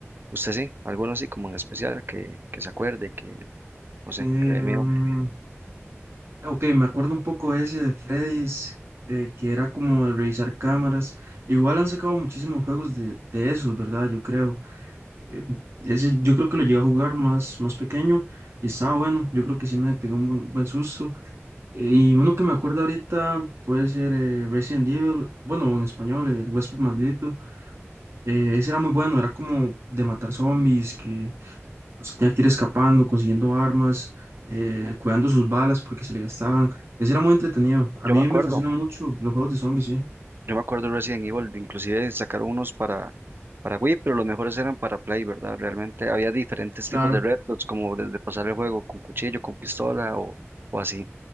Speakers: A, on the right (about 50°); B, on the right (about 65°).
A: ¿Usted sí? ¿Alguno así como en especial que, que se acuerde, que, no sé,
B: Eh, mm,
A: que le dé miedo?
B: ok, me acuerdo un poco ese de Freddy's, eh, que era como de revisar cámaras. Igual han sacado muchísimos juegos de, de esos, ¿verdad? Yo creo. Eh, ese yo creo que lo llegué a jugar más, más pequeño y estaba bueno. Yo creo que sí me pegó un bu- buen susto. Y uno que me acuerdo ahorita puede ser eh, Resident Evil, bueno, en español, el huésped maldito. Eh, ese era muy bueno, era como de matar zombies, que pues, tenía que ir escapando, consiguiendo armas, eh, cuidando sus balas porque se le gastaban. Ese era muy entretenido. A
A: Yo
B: mí
A: me acuerdo.
B: me fascinan mucho los juegos de zombies, sí,
A: Yo me acuerdo de Resident Evil, inclusive sacaron unos para, para Wii, pero los mejores eran para Play, ¿verdad? Realmente había diferentes
B: claro.
A: tipos de retos, como desde pasar el juego con cuchillo, con pistola o, o así.